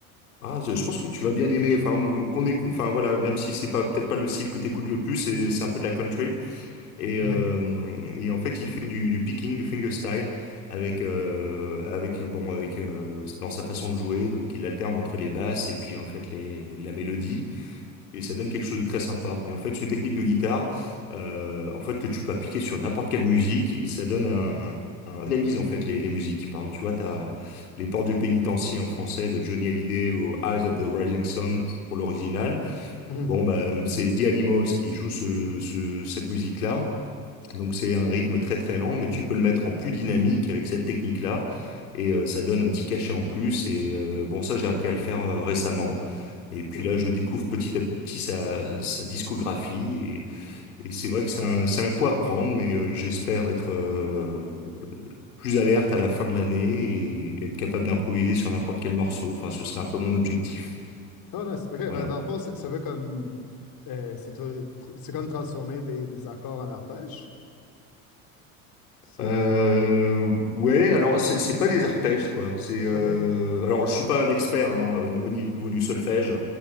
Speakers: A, on the left; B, on the left.
A: ah, je je pense que tu vas bien aimer. Enfin, m- qu'on est, enfin voilà, même si c'est pas peut-être pas le style que t'écoutes le plus, c'est c'est un peu de la country. Et, euh,
B: OK.
A: et en fait, il fait du, du picking, du fingerstyle, avec euh, avec bon, avec euh, dans sa façon de jouer. Donc, il alterne entre les basses et puis en fait les la mélodie et ça donne quelque chose de très sympa. Mais en fait, c'est une technique de guitare, euh, en fait, que tu peux appliquer sur n'importe quelle musique et ça donne un, un un dynamise en fait les, les musiques. Par exemple, tu vois, t'as Les Portes du Pénitencier en français de Johnny Hallyday au Eyes of the Rising Sun pour l'original.
B: Mhm.
A: Bon, bah, c'est The Animals qui joue ce, ce- cette musique-là. Donc c'est un rythme très très lent, mais tu peux le mettre en plus dynamique avec cette technique-là. Et euh, ça donne un petit cachet en plus. Et euh, bon, ça, j'ai appris à le faire euh, récemment. Et puis
B: Hmm.
A: là, je découvre petit à petit sa, sa discographie. Et, et c'est vrai que c'est un, c'est un coup à prendre, mais euh, j'espère être euh, plus alerte à la fin de l'année et être capable d'improviser sur n'importe quel morceau. Enfin, ce serait un peu mon objectif.
B: Ah, nice. OK,
A: Voilà.
B: ben, dans le fond, c'est- ça veut comme. euh, c'est tr- tr- c'est comme transformer des, des accords en arpèges. C'est.
A: Euh, ouais, alors c'est c'est pas des arpèges quoi. C'est euh,
B: OK.
A: alors je suis pas un expert hein, au au niveau du solfège.